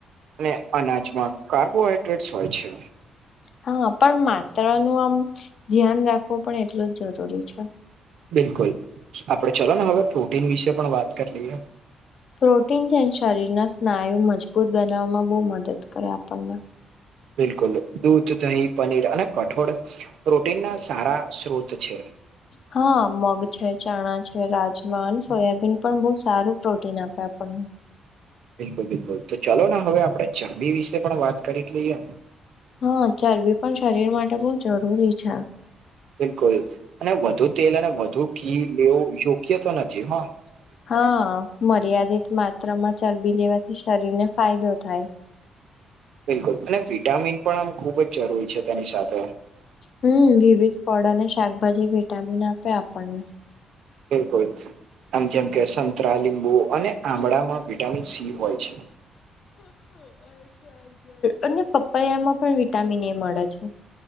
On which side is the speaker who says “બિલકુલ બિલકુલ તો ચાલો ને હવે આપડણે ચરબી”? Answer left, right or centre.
Right